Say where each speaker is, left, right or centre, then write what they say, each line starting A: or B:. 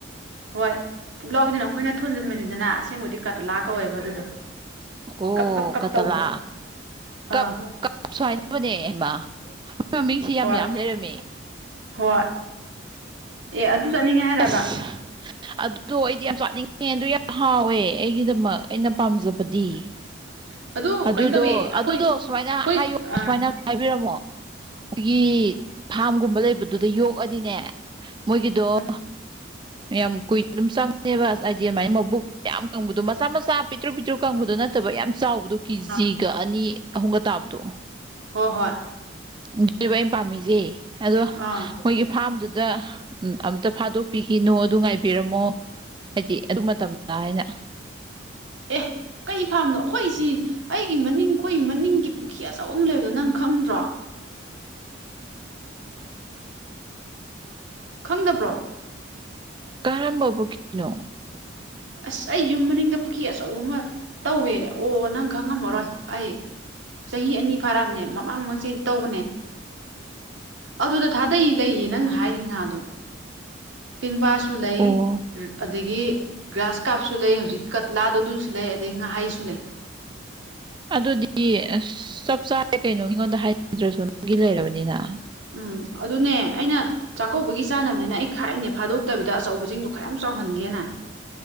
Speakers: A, on the right; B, on the right.
A: ꯍꯣꯏ ꯄꯨꯛꯂꯥꯎꯕꯤꯗꯨꯅ ꯑꯩꯈꯣꯏꯅ ꯊꯣꯟꯖꯤꯟꯕꯅꯤꯗꯅ ꯑꯁꯦꯡꯕꯗꯤ ꯀꯠꯂꯥ ꯀꯧꯋꯦꯕ ꯑꯗꯨꯗꯣ
B: ꯑꯣ
A: ꯀꯞ ꯀꯞ ꯀꯞ
B: ꯀꯇꯂꯥ
A: ꯇꯧꯕꯗꯣ ꯑꯥ
B: ꯀꯞ ꯁꯨ ꯍꯥꯏꯥꯏꯅꯕꯅꯦ ꯏꯃ ꯑꯩꯣꯏ ꯃꯃꯤꯡꯁ ꯌꯥꯝ
A: ꯍꯣꯏ
B: ꯌꯥꯝ ꯂꯩꯔꯝꯃꯤ
A: ꯍꯣꯏ ꯑꯦ ꯑꯗꯨ ꯆꯠꯅꯤꯡꯉꯦ ꯍꯥꯏꯔꯕ
B: ꯑꯁ ꯑꯗꯨꯗꯣ ꯑꯩꯗꯤ ꯌꯥꯝ ꯆꯥꯅꯤꯡꯉꯦ ꯑꯗꯨ ꯌꯥꯝ ꯍꯥꯎꯋꯦ ꯑꯩꯒꯤꯗꯃꯛ ꯑꯩꯅ ꯄꯥꯝꯖꯕꯗꯤ
A: <inaudible> ꯑꯗꯨ
B: ꯑꯗꯨꯗꯣ
A: ꯀꯩꯅꯣ ꯇꯧꯋꯦ ꯑꯩꯈꯣꯏ
B: ꯑꯗꯨꯗꯣ ꯁꯨꯃꯥꯏꯅ
A: ꯑꯩꯈꯣꯏ
B: ꯍꯥꯏꯌꯣ
A: ꯑꯥ
B: ꯁ ꯍꯥꯏꯕꯤꯔꯝꯃꯣ ꯑꯩꯈꯣꯏꯒꯤ ꯐꯥꯝꯒꯨꯝꯕ ꯂꯩꯕꯗꯨꯗ ꯌꯣꯛꯑꯗꯤꯅꯦ ꯃꯒꯗꯨꯣ
A: <inaudible>
B: ꯌꯥꯝ ꯀꯨꯏꯅ ꯑꯗꯨꯝ ꯆꯪꯉꯦꯕ ꯍꯥꯏꯗꯤ ꯑꯗꯨꯃꯥꯏꯅ ꯃꯕꯨꯛ ꯌꯥꯝ ꯀꯪꯕꯗꯣ ꯃꯆꯥ ꯃꯆꯥ ꯄꯤꯛꯇ꯭ꯔꯨ ꯄꯤꯛꯇ꯭ꯔꯨ ꯀꯪꯕꯗꯨ ꯅꯠ ꯅꯠꯇꯕ ꯌꯥꯝ ꯆꯥꯎꯕꯗꯣ ꯀꯦꯖꯤꯒ
A: ꯑꯥ
B: ꯑꯅꯤ ꯑꯍꯨꯝꯒ ꯇꯥꯕꯗꯣ
A: ꯍꯣꯏ ꯍꯣꯏ
B: <unintelligible> ꯑꯩꯅ ꯄꯥꯝꯃꯤꯁꯦ ꯑꯗꯣ
A: ꯑꯥ
B: ꯃꯣꯏꯒꯤ ꯐꯥꯔꯝꯗꯨꯗ ꯑꯝꯇ ꯐꯥꯗꯣꯛꯄꯤꯈꯤꯅꯣ ꯑꯗꯨ ꯉꯥꯏꯕꯤꯔꯝꯃꯣ ꯍꯥꯏꯗꯤ ꯑꯗꯨ ꯃꯇꯝꯗ ꯍꯥꯏꯅ
A: ꯑꯦ ꯀꯩ ꯐꯥꯝꯅꯣ ꯑꯩꯈꯣꯏꯁꯤ ꯑꯩꯒꯤ ꯃꯅꯤꯡ ꯑꯩꯈꯣꯏ ꯃꯅꯤꯡꯒꯤ ꯄꯨꯈ꯭ꯔ ꯑꯆꯧꯕ ꯑꯃ ꯂꯩꯕꯗꯣ ꯅꯪ ꯈꯪꯗ꯭ꯔꯣ ꯈꯪꯗꯕ꯭ꯔꯣ
B: ꯀꯔꯝꯕ ꯄꯨꯈꯤꯔꯅꫭ
A: ꯑꯁ ꯑꯩ ꯌꯨꯝ ꯃꯅꯤꯡꯗ ꯄꯨꯈ꯭ꯔꯤ ꯑꯆꯧꯕ ꯑꯃ ꯇꯧꯋꯦ ꯑꯣ ꯅꯪ ꯈꯪꯉꯝꯃꯔꯣꯏ ꯑꯩ ꯆꯍꯤ ꯑꯅꯤ ꯐꯥꯔꯛꯑꯕꯅꯦ ꯃꯃꯥꯡ ꯃꯃꯥꯡ ꯆꯍꯤ ꯇꯧꯕꯅꯦ ꯑꯗꯨꯗ ꯊꯥꯗꯩ ꯂꯩꯌꯦ ꯅꯪꯅ ꯍꯥꯏꯔꯤ ꯉꯥꯗꯣ ꯄꯦꯡꯕꯥꯁꯨ ꯂꯩ
B: ꯑꯣ
A: ꯑꯗꯒꯤ ꯒ꯭ꯔꯥꯁ ꯀꯥꯞꯁꯨ ꯂꯩ ꯍꯧꯖꯤꯛꯀꯤ ꯀꯠꯂꯥꯗꫭ ꯑꯗꯨ ꯂꯩ ꯑꯗꯩ ꯉꯥꯍꯥꯏꯁꯨ ꯂꯩ
B: ꯑꯗꯨꯗꯤ ꯑꯁ ꯆꯞ ꯆꯥꯔꯦ ꯀꯩꯅꯣ ꯃꯤꯉꯣꯟꯗ ꯍꯥꯏꯗ꯭ꯔꯁꯨ ꯅꯪꯒꯤ ꯂꯩꯔꯕꯅꯤꯅ
A: ꯎꯝ ꯑꯗꯨꯅꯦ ꯑꯩꯅ ꯆꯥꯛꯀꯧꯕꯒꯤ ꯆꯥꯅꯕꯅꯤꯅ ꯑꯩ ꯈꯥꯏꯅꯦ ꯐꯥꯗꯣꯛꯇꯕꯤꯗ ꯑꯆꯧꯕꯁꯤꯡꯗꯣ ꯈꯔꯌꯥꯝ ꯆꯥꯎꯍꯟꯒꯦꯅ